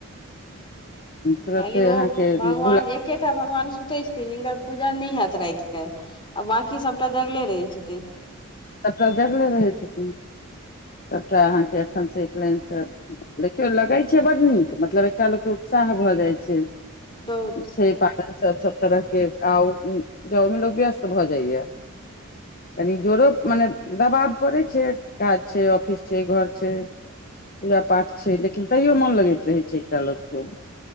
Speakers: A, on the left; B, on the left.
A: तुरते
B: खाली ओ
A: अहाँके
B: भगवान
A: भुला
B: एकेटा भगवान सुतै जिनकर पूजा नहि हेयत राति के आ बंकी सबटा जगले रहै छथिन
A: सभटा जागले रहै छथिन सभटा अहाँके एखन से एक लाइनसँ देखियौ लगै छै बड नीक मतलब एकटा लोकके उत्साह भऽ जाय छै
B: बहुत
A: छै पाबनि सब सभ तरहके आ जै मे लोक व्यस्त भऽ जाइय आ जोरोप मने दबाब पड़ै छै काज छै ऑफिस छै घर छै पूजा पाठ छै लेकिन तैयो मोन लगैत रहै छै एकटा लोकके